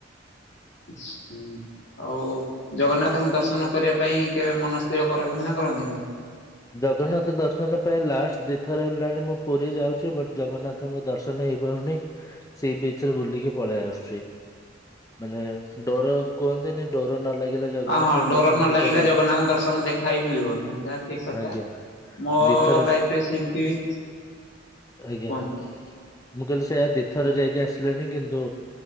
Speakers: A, on the left; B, on the left.
A: <inaudible> ଆଉ ଜଗନ୍ନାଥଙ୍କୁ ଦର୍ଶନ କରିବା ପାଇଁ, କେବେ ମନ ସ୍ଥିର କରଛନ୍ତି ନା କରନ୍ତିନି?
B: ଜଗନ୍ନାଥ ଦର୍ଶନ ପାଇଁ ଲାଷ୍ଟ ଦୁଇଥର ହେଲାଣି ମୁଁ ପୁରୀ ଯାଉଛି ବଟ୍ ଜଗନ୍ନା ତ ଙ୍କୁ ଦର୍ଶନ ହେଇପାରୁନି ସୀବିଚ୍ ରେ ବୁଲିକି ପଳେଇ ଆସୁଚି। ମାନେ ଡୋର କୁହନ୍ତିନି ଡୋର ନ ଲାଗିଲେ ଜଗନ୍ନାଥଙ୍କ
A: ହଁ ହଁ ଡୋର
B: ଦର୍ଶନ
A: ନ
B: ହେଇପାରିବନି।
A: ଲାଗିଲ ଜଗନାଥ ଦର୍ଶନ ଦେଖା ହି ମିିଳିବନି ଠିକ
B: ଆଜ୍ଞା
A: ମୋ
B: ଦିଥର
A: ଲାଇଫ ରେ ସେମିତି ହେଇଛି
B: ଆଜ୍ଞା
A: କୁହନ୍ତୁ।
B: ମୁଁ କଇଲି ସେୟା, ଦିଇଥର ଯାଇକି ଆସିଲେଣି କିନ୍ତୁ